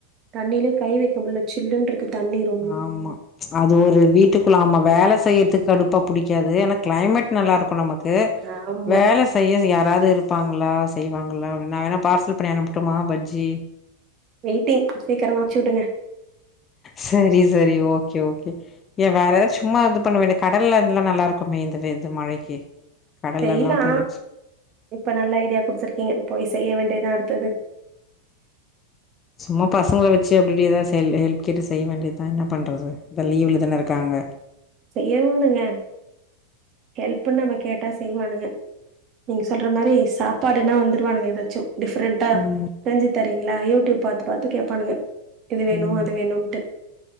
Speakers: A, on the right; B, on the left.
A: தண்ணியிலே கை வைக்க முடியல சில்லுன்னு இரு க்கு தண்ணீரு
B: ஆமா ம்ச் அது ஒரு வீட்டுக்குள்ள ஆம வேலை செய்யறதுக்கு கடுப்பா புடிக்காது ஆனா கிளைமேட் நல்லா இருக்கும் நம க்கு
A: ஆமா
B: வேல செய்ய யாராவது இருப்பாங்களா செய்வாங்களா அப்டின்னு நா வேணா பார்சல் பண்ணி அனுப்பட்டுமா பஜ்ஜி
A: வெயிட்டிங் சீக்கிரமா அனுப்ச்சு விடுங்க
B: சேரி சேரி ஓகே ஓகே ஏ வேற ஏதாவது சும்மா இது பண்ண வேண்டிய கடல இதெல்லா நல்லா இருக்குமே இந்த இந்த இது மழைக்கு கடலெல்லா
A: செய்யலா
B: பொறிச்சு
A: இப்ப நல்ல ஐடியா குடுத்துருக்கீங்க போய் செய்ய வேண்டியதா அடுத்தது
B: சும்மா பசங்கள வச்சு அப்டி இப்டி ஏதாவது ஹெல்ப் கேட்டு செய்ய வேண்டிதா என்ன பண்றது இப்ப லீவுல தான இருக்காங்க
A: செய்யவனுங்க ஹெல்ப்ன்னு நம்ம கேட்டா செய்வானுங்க நீங்க சொல்ற மாதிரி சாப்பாடுன்னா வந்துருவானுங்க ஏதாச்சு டிஃப்ரெண்டா
B: ம்
A: செஞ்சு தரீங்களா யூடியூப் பாத்து பாத்து கேட்பானுங்க இது வேணு
B: ம்
A: அது வேணுன்ட்டு